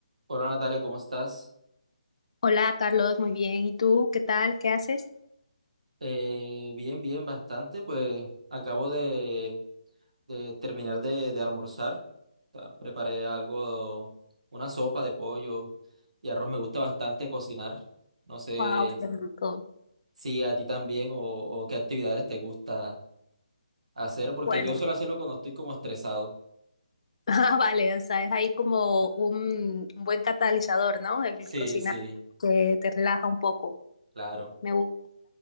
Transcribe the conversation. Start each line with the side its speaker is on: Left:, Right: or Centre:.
Right: Hola Natalia, ¿cómo estás?
Left: Hola Carlos, muy bien. ¿Y tú qué tal? ¿Qué haces?
Right: Eh, bien, bien, bastante. Pues acabo de, de terminar de, de almorzar. Ta- Preparé algo, una sopa de pollo y arroz. Me gusta bastante cocinar. No sé
Left: Wow, qué rico.
Right: si a ti también o, o qué actividades te gusta hacer, porque
Left: Bueno,
Right: yo suelo hacerlo cuando estoy como estresado.
Left: <laughs> ah, vale, o sea, es ahí como un, un buen catalizador, ¿no? El
Right: Sí,
Left: cocinar
Right: sí,
Left: que te relaja un poco.
Right: claro.
Left: Me gusta.